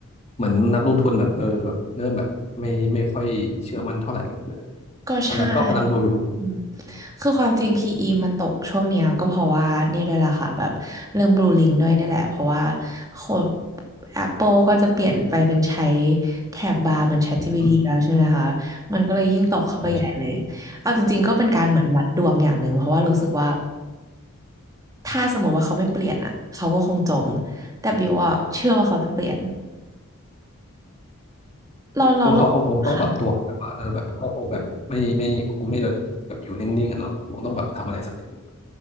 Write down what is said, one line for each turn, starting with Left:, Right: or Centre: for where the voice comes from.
Left: เหมือนนักลงทุนแบบเออแบบเริ่มแบบไม่ไม่ค่อยเชื่อมั่นเท่าไหร่เออ
Right: ก็ใช่
Left: กำลังก็กำลังดูอยู่
Right: อืมคือความจริง PE มันตกช่วงเนี้ยก็เพราะว่าเนี่ยด้วยล่ะค่ะแบบเรื่องบลูลิงด้วยเนี่ยแหละเพราะว่าคน Apple ก็จะเปลี่ยนไปเป็นใช้แถบบาร์เหมือน ChatGPT
Left: อืม
Right: แล้วใช่ไหมคะมันก็เลยยิ่งตกเข้าไปใหญ่เลยเอาจริงๆก็เป็นการเหมือนวัดดวงอย่างหนึ่งเพราะว่ารู้สึกว่า
Left: ใช่ใช่
Right: ถ้าสมมติว่าเขาไม่เปลี่ยนอ่ะเขาก็คงจมแต่บิวอะเชื่อว่าเขาจะเปลี่ยนเราเราโลกค่ะ
Left: พวกเขาคงต้องปรับตัวแบบว่าเออแบบเขาคงแบบไม่ไม่คงไม่แบบอยู่นิ่งๆอ่ะเนาะคงต้องแบบทำอะไรสักอย่าง